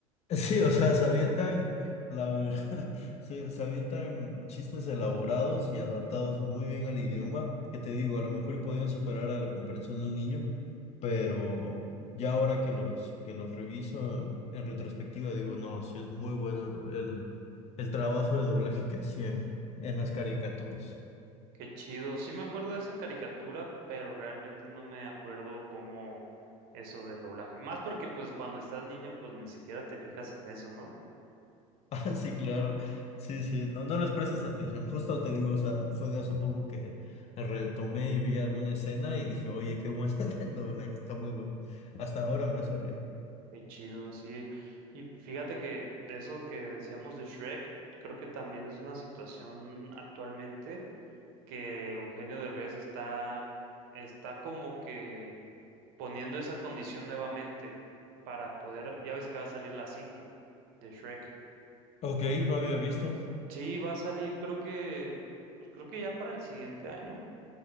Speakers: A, on the left; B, on the right.
A: Sí, o sea, se avientan, la verdad, <laughs> se, se avientan chistes elaborados y adaptados muy bien al idioma, que te digo, a lo mejor y podían superar a la comprensión de un niño, pero ya ahora que los, que los reviso en, en retrospectiva, digo, no, sí es muy bueno el doble, el, el trabajo de doblaje que hacían en las caricaturas.
B: Qué chido. Sí me acuerdo de esa caricatura, pero realmente no me acuerdo cómo eso del doblaje. Más porque pues cuando estás niño pues ni siquiera te fijas en eso, ¿no?
A: <laughs> Ah, sí, claro. Sí, sí, no, no les prestas atención. Justo te digo, o sea, fue de hace poco que retomé y vi alguna escena y dije, oye, qué bueno <laughs> el doblaje, está muy bueno. Hasta ahora me hace reír.
B: Qué chido, sí. Y fíjate que de eso que decíamos de Shrek, creo que también es una situación actualmente que Eugenio Derbez está, está como que poniendo esa condición nuevamente para poder, ya ves que va a salir la 5 de Shrek.
A: Ok, no había visto.
B: Sí, va a salir, creo que, pues creo que ya para el siguiente año.